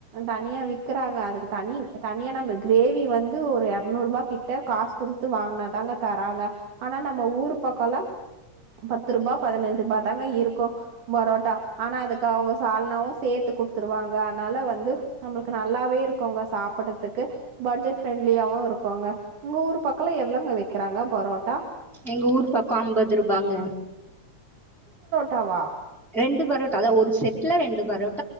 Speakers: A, on the right (about 90°); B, in the centre.
A: தனியா வி க்கிறாங்க அதுக்கு தனி தனியா நம்ம கிரேவி வந்து ஒரு எரநூறுபா கிட்ட காசு குடுத்து வாங்குனா தா தராங்க ஆனா நம்ம ஊரு பக்கலா பத்து ரூபா பதினஞ்சு ரூபா தாங்க இருக்கு பொரோட்டா ஆனா அதுக்கு அவங்க சால்னாவு சேத்து குடுத்துருவாங்க அனால வந்து நம்மளுக்கு நல்லாவே இருக்குங்க சாப்டறதுக்கு பட்ஜெட் பிரரெண்ட்லியாவு இருக்குங்க உங்க ஊர் பக்கலா எவ்ளோ வக்கிறாங்க பொரோட்டா
B: எங்க ஊர் பக்கோ அம்பது ரூபாங்க
A: தவா
B: ரெண்டு பரோட்டா அத ஒரு செட்ல ரெண்டு பரோட்